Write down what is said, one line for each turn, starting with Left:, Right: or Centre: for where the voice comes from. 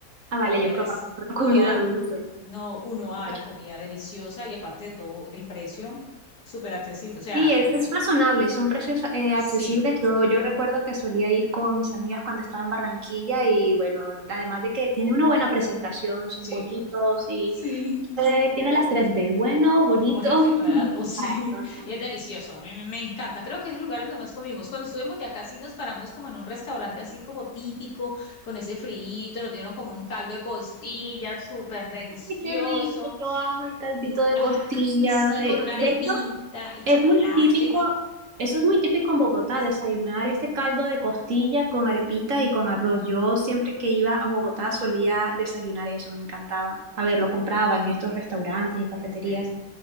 Right: ah,
Left: pero
Right: vale, yo
Left: es
Right: he probado <laughs> solo
Left: uno
Right: comida
Left: a,
Right: dulce.
Left: no uno a
Right: Eh,
Left: la comida deliciosa y aparte de todo el precio súper accesible, o sea,
Right: Sí, es, es razonable, son precios eh,
Left: sí,
Right: accesibles. Yo, yo recuerdo que solía ir con mis amigas cuando estaba en Barranquilla y bueno, además de que tiene una buena presentación, son
Left: sí,
Right: bonitos y
Left: sí,
Right: eh, tiene las tres b bueno, bonito,
Left: bonito
Right: <laughs>
Left: y barato, <laughs> sí,
Right: barato. sí.
Left: y es delicioso, a mí me, me encanta, creo que es el lugar donde más comimos, cuando estuvimos ya casi nos paramos como en un restaurante así como típico, con ese friito. nos dieron como un caldo de costilla súper delicioso.
Right: Ay, qué rico, yo amo el caldito
Left: Mm,
Right: de
Left: ah,
Right: costilla.
Left: Ay, sí,
Right: eh,
Left: con una
Right: de
Left: arepita
Right: hecho,
Left: y chocolate.
Right: Es muy típico, eso es muy típico en Bogotá, desayunar este caldo de costilla con arepita y con arroz. Yo siempre que iba a Bogotá solía desayunar eso, me encantaba. A ver, lo compraba en estos restaurantes y cafeterías
Left: Sí.